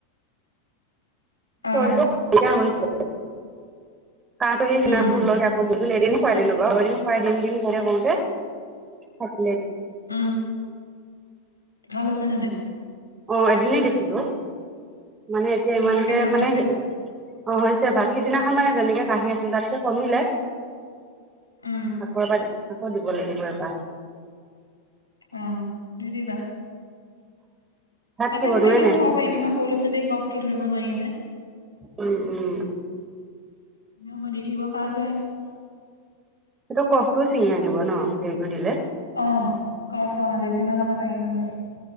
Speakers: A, on the right; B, on the left.
A: শ
B: অ
A: হৈছে। হাহটো সেইদিনা
B: উম
A: ল থ কো এদিন খুৱাই দিলো বাৰু এদিন খুৱাই দিম দিম কওঁতে কৰওঁতে হয়।
B: উম, ভাল হৈছে নে নাই?
A: অ' এদিনে দিছিলো। মানে এতিয়া ইমানকে
B: অ তাকে ভাল
A: মানে,
B: হৈছে
A: অ' হৈছে ভাল সিদিনা মানে যেনেকে কাঢ়ি আছিল তাতকে কমিলে।
B: উম
A: আকৌ এবাৰ আকৌ দিব লাগিব এবাৰ।
B: আহ দি দিবা।
A: ভাত
B: মাজে
A: কি বনোৱাই
B: সময়ে এনেও
A: নাই
B: খাব পাৰি নহয় সৰু ল'ৰা ছোৱালীৰ কফটো ধৰিব নোৱাৰি যে।
A: উম উম।
B: আ আম দ দেৰি হ'ব <unintelligible>
A: সেইটো কফটোও ছিঙি আনিব ন হেৰিটো দিলে।
B: অ' কফ অ' লেটিনৰ লগত বাহিৰ হৈ যায়।